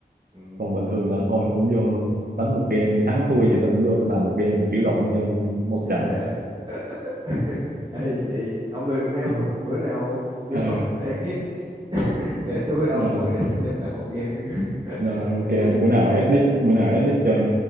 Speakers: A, on the right; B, on the right.
A: ừ.
B: còn bình thường là thôi cũng vô đánh một game thì thắng thua gì tao cũng vô tao làm một game chịu lộn cho một
A: Cho
B: trận
A: đã. <laughs> Ê vậy ông về Việt Nam
B: <laughs>
A: đúng không? Bữa nào vô
B: ờ
A: để kiếm <laughs> để tôi ông
B: mà,
A: mỗi đêm làm một game đi. <laughs>
B: mà ok
A: coi.
B: bữa nào ethnic bữa nào ethnic chơi